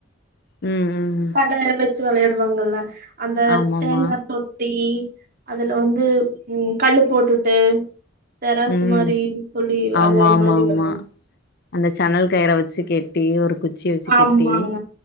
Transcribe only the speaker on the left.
ம் ம்
ஆமாமா
ம்
ஆமா
ஆமா
ஆமா
அந்த சனல் கயிற வச்சு கெட்டி ஒரு குச்சிய வச்சு
கெட்டி